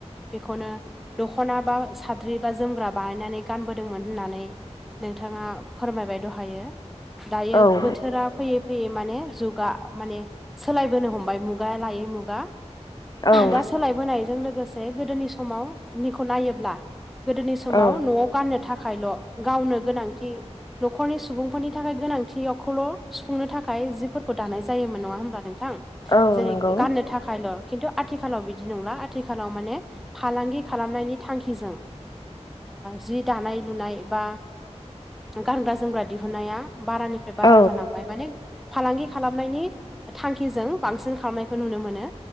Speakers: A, in the centre; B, on the left.
A: बेखौनो दख'ना बा साद्रि बा जोमग्रा बानायनानै गानबोदोंमोन होननानै नोंथाङा फोरमायबाय दहायो। दायो
B: औ
A: बोथोरा फैयै फैयै माने जुगा माने सोलायबोनो हमबाय। मुगा लायै मुगा
B: औ
A: दा सोलाय नायजों लोगोसे गोदोनि समावनिखौ नायोब्ला। गोदनि समाव'
B: औ
A: नआव गाननो थाखायल' गावनो गोनांथि न'खरनि सुबुंफोरनि थाखाय गोनांथियावखौल' सुफुंनो थाखाय जिफोरखौ दानाय जायोमोन नङा होमब्ला नोंथां?
B: औ
A: जेरै
B: नंगौ।
A: गाननो थाखायल' खिन्थु आथिखालाव बिदि नंला आथिखालाव माने फालांगि खालामनायनि थांखिजों जि दानाय लुनाय बा गानग्रा जोमग्रा दिहुनाया बारानिफ्राय बारा
B: औ
A: जालांबाय माने फालांगि खालामनायनि थांखिजों बांसिन खालामनाय खौ नुनो मोनो